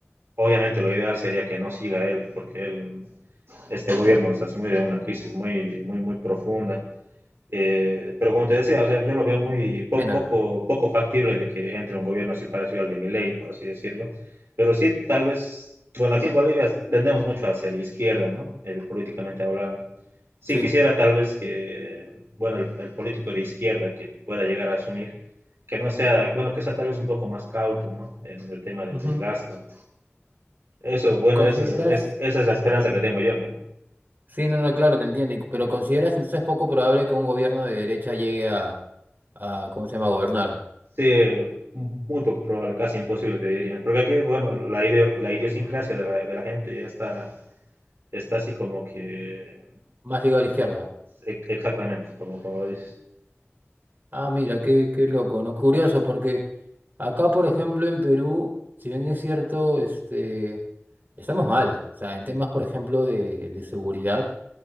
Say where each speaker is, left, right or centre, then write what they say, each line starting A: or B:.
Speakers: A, on the right; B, on the right.
A: obviamente lo ideal sería que no siga él, porque él, este gobierno se asumió de una crisis muy, muy, muy profunda. Eh, pero como te decía, o sea, yo lo veo muy po-
B: Pena.
A: poco, poco factible de que entre un gobierno así parecido al de Milei, por así decirlo. Pero sí, tal vez, bueno, aquí en Bolivia tendemos mucho hacia la izquierda, ¿no? Eh, políticamente hablando. Sí
B: Sí.
A: quisiera tal vez que, bueno, el, el político de izquierda que pueda llegar a asumir, que no sea, bueno, que sea tal vez un poco más cauto, ¿no? En el tema de-
B: Ujú.
A: del gasto. Eso, bueno,
B: ¿Consideras?
A: esa es, es- esa es la esperanza que tengo yo, ¿no?
B: Sí, no, no, claro, te entiendo. y- Pero ¿consideras entonces poco probable que un gobierno de derecha llegue a, a ¿cómo se llama?, gobernar.
A: Sí, muy poco probable, casi imposible te diría. Porque aquí, bueno, la, ideo- la idiosincrasia de la, de la gente ya está, está así como que...
B: Más ligado a la izquierda.
A: e- Exactamente, como, como lo dices.
B: Ah, mira, qué, qué loco, ¿no? Curioso, porque acá, por ejemplo, en Perú, si bien es cierto, este, estamos mal. O sea, en temas, por ejemplo, de, de seguridad,